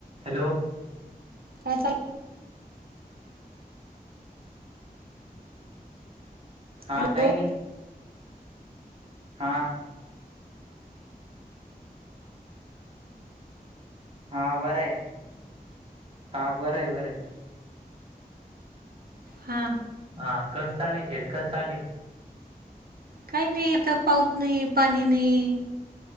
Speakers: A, on the right; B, on the right.
A: Hello
B: काय चाललंय
A: हा
B: हॅलो
A: काही नाही हा हा बरं आहे हा बरं आहे बरं आहे
B: हा
A: हा कस चालेल शेतकस चालेल
B: काही नाही आता पाऊस नाही पाणी नाही